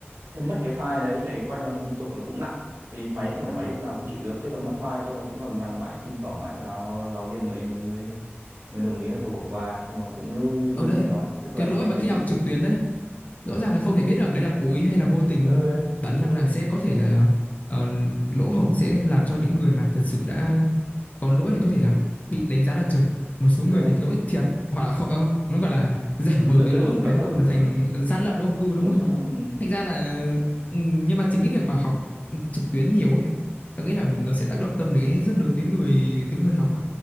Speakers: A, on the right; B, on the left.
A: thế mất cái file đấy để quay màn hình liên tục nó cũng nặng thì máy không phải máy ông nào cũng chịu được thế là mất file thế là cũng lằng nhằng mãi xin xỏ mãi giáo giáo viên mới mới mới mới đồng ý là thôi bỏ qua nói chung là cũng đúng như đúng
B: ở đây
A: như mày nói tức là
B: cái lỗi
A: máy
B: mà khi
A: tính
B: học trực tuyến đấy rõ ràng là không thể biết rằng đấy là cố ý hay là vô tình
A: ừ
B: đúng không?
A: đấy
B: Bản
A: chịu
B: thân
A: thôi
B: là sẽ có thể là ờ, lỗ hổng sẽ làm cho những người mà thật sự đã có lỗi thì có thể là bị đánh giá là trượt. Một số
A: ừ
B: người
A: đấy
B: thì lỗi thiệt hoặc là không à không, nó gọi là <laughs> giả
A: lợi,
B: vờ
A: lợi,
B: bị
A: lợi
B: lỗi
A: dụng kẽ
B: và
A: hở
B: cuối cùng là thành
A: ừ.
B: gian lận đúng không? Ừ
A: một
B: đúng rồi.
A: số thằng ừ.
B: Thành ra là ừ, nhưng mà chính cái việc mà học trực tuyến nhiều ấy, tôi nghĩ là nó sẽ tác động tâm lý rất lớn tới người tới người học á.